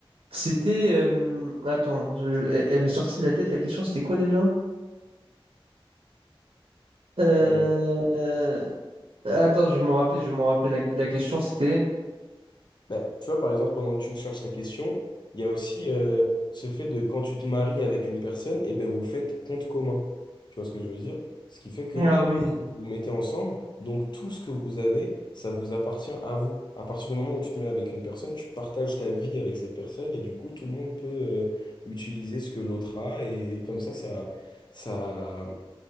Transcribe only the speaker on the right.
C'était. euh, attends, je- je- elle, elle m'est sortie de la tête la question, c'était quoi déjà? Euh,
euh, attends, je vais m'en rappeler, je vais m'en rappeler. La, la question, c'était.
Ah oui.